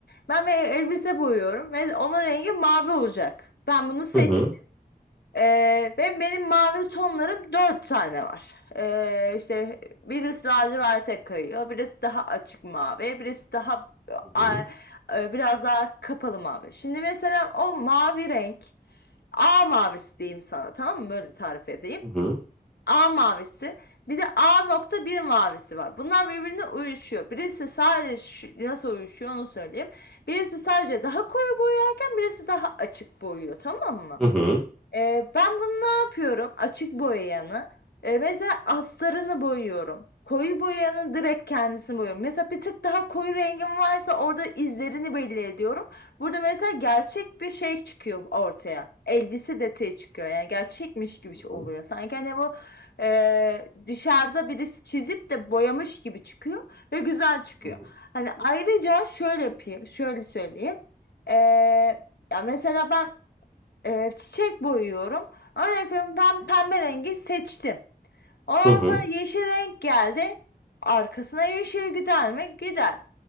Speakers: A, on the left; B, in the centre.
A: Ben bir elbise boyuyorum ve onun rengi mavi olacak. Ben bunu seçtim.
B: Hı hı.
A: Ee, ve benim mavi tonlarım dört tane var. Ee, işte birisi laciverte kayıyor, birisi daha açık mavi, birisi daha
B: Hı
A: a-
B: hı.
A: e, biraz daha kapalı mavi. Şimdi mesela o mavi renk, A mavisi diyeyim sana, tamam mı? Böyle tarif edeyim.
B: Hı hı.
A: A mavisi bir de A nokta bir mavisi var. Bunlar birbirine uyuşuyor. Birisi sadece şu- nasıl uyuşuyor onu söyleyeyim. Birisi sadece daha koyu boyarken birisi daha açık boyuyor tamam mı?
B: Hı hı.
A: Ee, ben bunu ne yapıyorum? Açık boyayanı. Ee, mesela astarını boyuyorum. Koyu boyayanı direkt kendisini boyuyorum. Mesela bir tık daha koyu rengim varsa orada izlerini belli ediyorum. Burada mesela gerçek bir şey çıkıyor ortaya. Elbise detayı çıkıyor. Yani gerçekmiş gibi
B: Hı
A: şey oluyor.
B: hı.
A: Sanki hani bu e, dışarıda birisi çizip de boyamış gibi çıkıyor ve güzel çıkıyor.
B: Hı hı.
A: Hani ayrıca şöyle yapayım, şöyle söyleyeyim. Ee, ya mesela ben e, çiçek boyuyorum. Örnek veriyorum ben pembe rengi seçtim. Ondan
B: Hı hı.
A: sonra yeşil renk geldi. Arkasına yeşil gider mi? Gider.